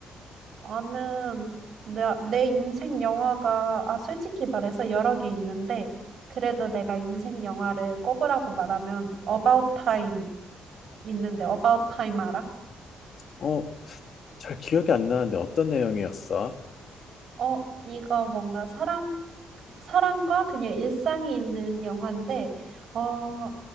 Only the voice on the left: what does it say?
어, 잘 기억이 안 나는데 어떤 내용이었어?